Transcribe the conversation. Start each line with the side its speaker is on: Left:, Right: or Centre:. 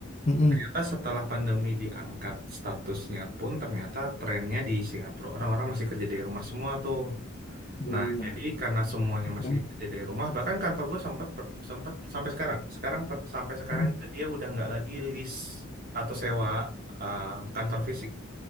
Left: mm-mm.
Right: ternyata setelah pandemi diangkat statusnya pun ternyata trennya di Singapura orang-orang masih kerja dari rumah semua tuh.
Left: Benar.
Right: Nah, jadi karena semuanya
Left: Oke,
Right: masih kerja dari rumah, bahkan kantor gue sempat per- sempat sampai sekarang. Sekarang per- sampai sekarang
Left: Mm.
Right: itu dia udah nggak lagi lease atau sewa eh, kantor fisik.